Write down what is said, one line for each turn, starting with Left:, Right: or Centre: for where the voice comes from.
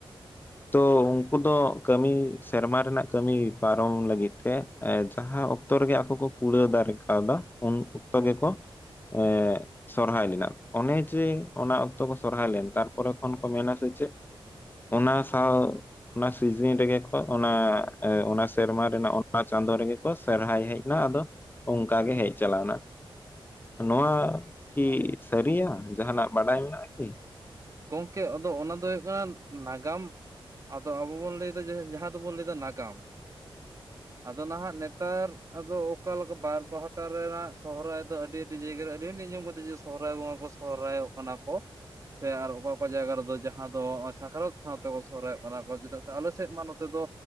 Left: ᱛᱚ ᱩᱱᱠᱩ ᱫᱚ ᱠᱟᱹᱢᱤ ᱥᱮᱨᱢᱟ ᱨᱮᱱᱟᱜ ᱠᱟᱹᱢᱤ ᱯᱟᱨᱚᱢ ᱞᱟᱹᱜᱤᱫ ᱛᱮ ᱮᱸ ᱡᱟᱦᱟᱸ ᱚᱠᱛᱚ ᱨᱮᱜᱮ ᱟᱠᱚ ᱠᱚ ᱠᱩᱲᱟᱹᱣ ᱫᱟᱲᱮ ᱠᱟᱣᱫᱟ ᱩᱱ ᱚᱠᱛᱚ
Right: ᱦᱮᱸ
Left: ᱜᱮᱠᱚ ᱮᱻ ᱥᱚᱨᱦᱟᱭ ᱞᱮᱱᱟ, ᱚᱱᱮ ᱡᱮ ᱚᱱᱟ ᱚᱠᱛᱚ ᱠᱚ ᱥᱚᱨᱦᱟᱭ ᱞᱮᱱ ᱛᱟᱨᱯᱚᱨᱮ ᱠᱷᱚᱱ ᱠᱚ ᱢᱮᱱᱟ ᱥᱮ ᱪᱮᱫ ᱚᱱᱟ ᱥᱟᱶ ᱚᱱᱟ ᱥᱤᱡᱤᱱ ᱨᱮᱜᱮ ᱠᱚ ᱚᱱᱟ ᱚᱱᱟ ᱥᱮᱨᱢᱟ ᱨᱮᱱᱟᱜ ᱚᱱᱟ ᱪᱟᱸᱫᱳ ᱨᱮᱜᱮ ᱠᱚ ᱥᱚᱨᱦᱟᱭ ᱦᱮᱡ ᱱᱟ ᱟᱫᱚ ᱚᱝᱠᱟ ᱜᱮ ᱦᱮᱡ ᱪᱟᱞᱟᱣ ᱱᱟ᱾ ᱱᱚᱣᱟ ᱠᱤ ᱥᱟᱹᱨᱤᱭᱟ ᱡᱟᱦᱟᱸᱱᱟᱜ ᱵᱟᱰᱟᱭ ᱢᱮᱱᱟᱜᱼᱟ ᱠᱤ?
Right: ᱜᱳᱝᱠᱮ ᱟᱫᱚ ᱚᱱᱟ ᱫᱚ ᱦᱳᱭᱳᱜ ᱠᱟᱱᱟ ᱱᱟᱜᱟᱢ ᱟᱫᱚ ᱟᱵᱚ ᱵᱚᱱ ᱞᱟᱹᱭᱮᱫᱟ ᱡᱮ ᱡᱟᱦᱟᱸ ᱫᱚᱵᱚᱱ ᱞᱟᱹᱭᱫᱟ ᱱᱟᱜᱟᱢ
Left: <unintelligible>
Right: ᱟᱫᱚ ᱱᱟᱦᱟᱜ ᱱᱮᱛᱟᱨ ᱟᱫᱚ ᱚᱠᱟᱞᱮᱠᱟ ᱵᱟᱨ ᱯᱟᱦᱴᱟ ᱨᱮᱱᱟᱜ ᱥᱚᱦᱚᱨᱟᱭ ᱫᱚ ᱟᱹᱰᱤ ᱟ. ᱰᱤ ᱡᱟᱭᱜᱟ ᱨᱮ ᱟᱹᱰᱤᱜᱟᱱ ᱤᱧ ᱟᱡᱚᱢ ᱠᱟᱫᱟ ᱡᱮ ᱥᱚᱦᱚᱨᱟᱭ ᱵᱚᱸᱜᱟ ᱠᱚ ᱥᱚᱦᱨᱟᱭᱚᱜ ᱠᱟᱱᱟ ᱠᱚ, ᱥᱮ ᱟᱨ ᱚᱠᱟ ᱚᱠᱟ ᱡᱟᱭᱜᱟ ᱨᱮᱫᱚ ᱡᱟᱦᱟᱸ ᱫᱚ ᱱᱜᱼᱚᱭ ᱥᱟᱠᱨᱟᱛ ᱥᱟᱶ ᱛᱮᱠᱚ ᱥᱚᱦᱨᱟᱭᱚᱜ ᱠᱟᱱᱟ ᱠᱚ ᱪᱮᱫᱟᱜ ᱥᱮ ᱟᱞᱮ ᱥᱮᱫ ᱢᱟ ᱱᱚᱛᱮ ᱫᱚ